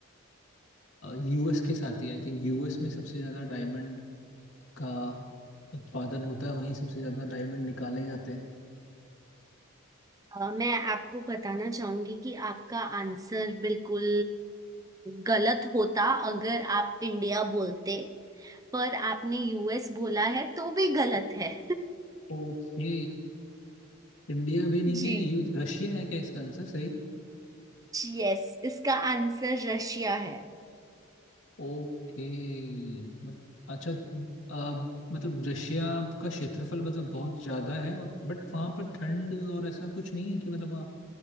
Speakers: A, on the left; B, on the right.
A: यूएस के साथ ही आई थिंक यूएस में सबसे ज्यादा डायमंड का उत्पादन होता है वहीं सबसे ज्यादा डायमंड निकाले जाते हैं
B: अ, मैं आपको बताना चाहूंगी कि आपका आंसर बिल्कुल गलत होता अगर आप इंडिया बोलते पर आपने यूएस बोला है तो भी गलत है
A: ओके इंडिया भी नहीं
B: <laughs> जी
A: है यूएस रशिया है क्या इसका आंसर सही
B: यस इसका आंसर रशिया है
A: ओके मत, अच्छा अब मतलब रशिया का क्षेत्रफल मतलब बहुत ज्यादा है और बट वहां पर ठंड और ऐसा कुछ नहीं है कि मतलब वहाँ